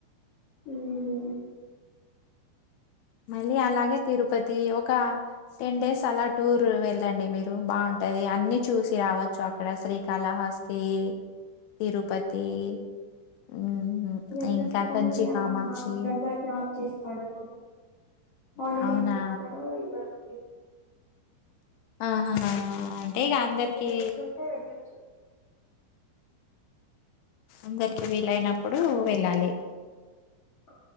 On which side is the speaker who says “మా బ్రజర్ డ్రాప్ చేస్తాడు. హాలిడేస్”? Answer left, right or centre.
Left